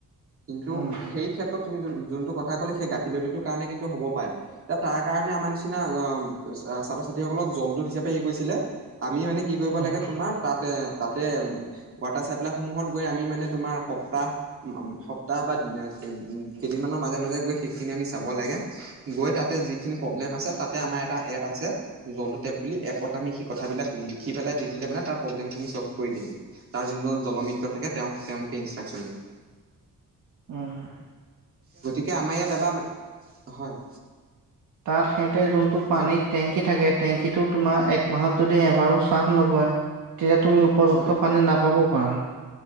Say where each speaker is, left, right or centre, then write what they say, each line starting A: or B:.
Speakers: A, on the right (about 40°); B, on the right (about 65°).
A: কিন্তু
B: উম,
A: এইটো ক্ষেত্ৰত তুমি যোনতো কথা ক'লে সেই গাফিলতি টোৰ কাৰণে হ'ব পাৰে তাৰ কাৰণে আমাৰ নিচিনা অ' ছাত্ৰ ছাত্ৰীসকলক জলদূত হিচাপে ই, কৰিছিলে আমি মানে কি কৰিব
B: উম,
A: লাগে তোমাৰ তাতে তাতে ৱাটাৰ চাপ্লাই সমূহত গৈ আমি মানে তোমাৰ সপ্তাহ উমহ সপ্তাহ বাদ নে কেইদিনমানৰ মাজে মাজে গৈ সেইখিনি আমি চাব লাগে গৈ তাতে যিখিনি প্ৰব্লেম আছে তাতে আমাৰ এটা এপ আছে জলো টেপ বুলি এপত আমি সেই কথাবিলাক লিখি পেলাই দি দিলে মানে তাৰ প্ৰব্লেমখিন চল্ভ কৰি দিয়ে মানে তাৰ যোন জলমিত্ৰ থাকে তেওঁক তেওঁলোকে ইনষ্ট্ৰাকন দিয়ে।
B: উমহ।
A: গতিকে আমাৰ ইয়াত এবাৰ হয়।
B: তাত সিহঁতে যোনটো
A: হয়
B: পানীত টেংকী থাকে টেংকীটো তোমাৰ একমাহত যদি এবাৰো চা্ফ নগৰে তেতিয়া তুমি উপযুক্ত
A: হয়
B: পানী নাপাব হয়।